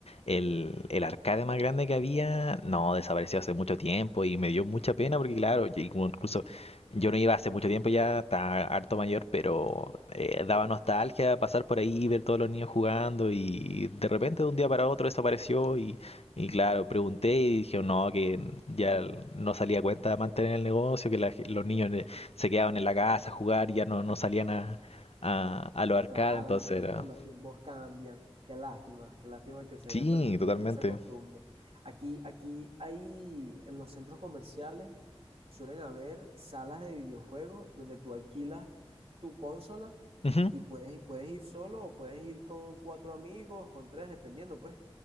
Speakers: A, on the left; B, on the right.
A: el, el arcade más grande que había no desapareció hace mucho tiempo y me dio mucha pena porque claro, yo incluso yo no iba hace mucho tiempo ya, estaba harto mayor, pero eh, daba nostalgia pasar por ahí, ver todos los niños jugando y de repente de un día para otro desapareció y y claro, pregunté y dije, no, que ya no salía cuenta de mantener el negocio, que la- ge- los niños ne- se quedaban en la casa a jugar y ya no, no salían a, a, a los arcades,
B: claro,
A: entonces
B: los tiempos,
A: era...
B: los tiempos cambian. Qué lástima, qué lástima que se
A: Sí,
B: haya perdido
A: totalmente.
B: esa costumbre. Aquí, aquí hay en los centros comerciales Suelen haber salas de videojuegos donde tú alquilas tu consola
A: Ujú.
B: y puedes, puedes ir solo o puedes ir con cuatro amigos, con tres, dependiendo, pues.